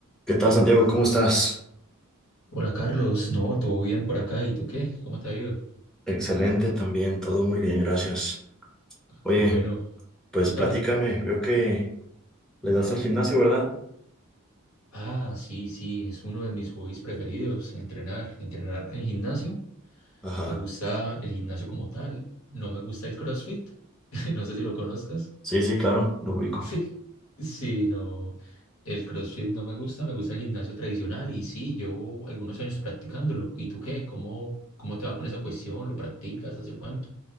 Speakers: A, in the centre; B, on the left.
A: ¿Qué tal, Santiago? ¿Cómo estás?
B: Hola Carlos, no, todo bien por acá. ¿Y tú qué? ¿Cómo te ha ido?
A: Excelente también, todo muy bien, gracias.
B: Ah,
A: Oye,
B: Qué bueno.
A: pues
B: Cuéntame.
A: platícame, veo que le das al gimnasio, ¿verdad?
B: Ah, sí, sí, es uno de mis hobbies preferidos, entrenar, entrenar en gimnasio.
A: Ajá.
B: Me gusta el gimnasio como tal. No me gusta el CrossFit. <laughs> No sé si lo conozcas.
A: Sí,
B: <laughs>
A: sí, claro, lo ubico.
B: Sí, sí, no. El CrossFit no me gusta, me gusta el gimnasio tradicional y sí, llevo algunos años practicándolo. ¿Y tú qué? ¿Cómo, cómo te va con esa cuestión? ¿Lo practicas? ¿Hace cuánto?